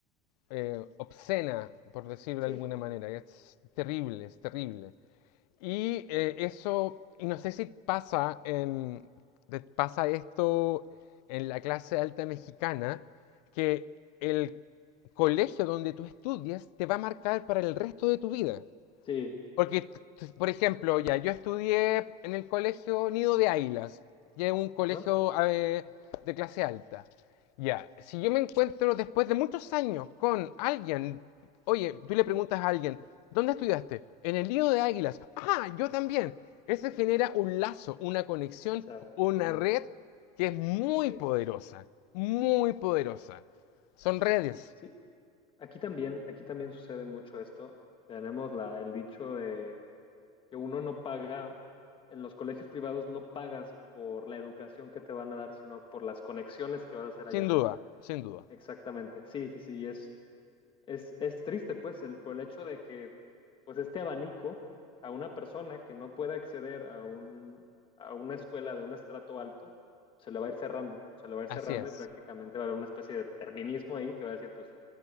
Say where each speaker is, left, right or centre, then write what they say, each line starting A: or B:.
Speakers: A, on the left (about 80°); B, on the left (about 25°).
A: eh, obscena, por decirlo
B: Sí.
A: de alguna manera. Es terrible, es terrible. Y eh, eso, y no sé si pasa, en, pasa esto en la clase alta mexicana, que el colegio donde tú estudias te va a marcar para el resto de tu vida.
B: Sí,
A: Porque, por ejemplo, ya, yo estudié en el colegio Nido de Águilas, que es un colegio
B: ajá,
A: a de clase alta. Ya, si yo me encuentro después de muchos años con alguien, oye, tú le preguntas a alguien, ¿dónde estudiaste? En el Nido de Águilas. Ah, yo también. Eso genera un lazo, una conexión,
B: exactamente.
A: una red que es muy
B: Sí,
A: poderosa, muy poderosa.
B: exacto.
A: Son redes,
B: Sí, aquí también, aquí también sucede mucho esto. Tenemos la, el dicho de que uno no paga, en los colegios privados no pagas por la educación que te van a dar, sino por las conexiones que vas a hacer
A: sin
B: allá adentro.
A: duda, sin duda.
B: Exactamente. Sí, sí, sí, es, Es, es triste, pues, el, por el hecho de que, pues, este abanico a una persona que no pueda acceder a un, a una escuela de un estrato alto, se le va a ir cerrando, se le va a ir
A: Así
B: cerrando
A: es.
B: y prácticamente va a haber una especie de determinismo ahí que va a decir, pues,